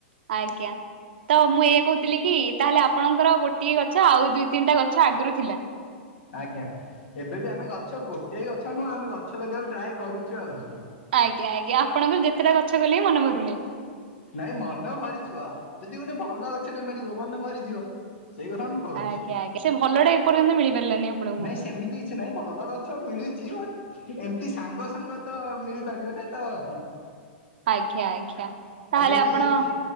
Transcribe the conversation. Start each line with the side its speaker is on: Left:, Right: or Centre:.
Right: ଆଜ୍ଞା ତ ମୁଁ ଇଆ କହୁଥିଲି କି ତାହେଲେ ଆପଣଙ୍କର ଗୋଟିଏ ଗଛ ଆଉ ଦୁଇ ତିନିଟା ଗଛ ଆଗରୁ ଥିଲା।
Left: ଆଜ୍ଞା ଏବେ ବି ଆମେ ଗଛ ଗୋଟଏ ଗଛ ନୁହଁ ଆମେ ଗଛ ଲଗେଇବାକୁ ଟ୍ରାଏ କରୁଛୁ ଆଉ।
Right: ଆଜ୍ଞା ଆଜ୍ଞା ଆପଣଙ୍କ ଯେତେଟା ଗଛ କଲେ ମନ ଭରୁନି।
Left: ନାଇଁ ମନ ଭରିଯିବ ଯଦି ଗୋଟେ ଭଲ ଗଛ ଟା ମିଳିବ ମନେ ଭରିଯିବ ସେଇ କଥା ମୁଁ କହୁଛି
Right: ଆଜ୍ଞା ଆଜ୍ଞା ସେ ଭଲ ଟା ଏପର୍ଯ୍ୟନ୍ତ ମିଳିପାରିଲାନି ଆପଣଙ୍କୁ।
Left: ନାଇଁ ସେମିତି କିଛି ନାହିଁ ଭଲ ଗଛ ମିଳିଛି ବଟ୍ ଏମିତି ସାଙ୍ଗ ସାଙ୍ଗ ତ ମିଳିପାରିବ ନା ତ
Right: ଆଜ୍ଞା ଆଜ୍ଞା। ତାହେଲେ
Left: ଆଜ୍ଞା ଯିଏ
Right: ଆପଣ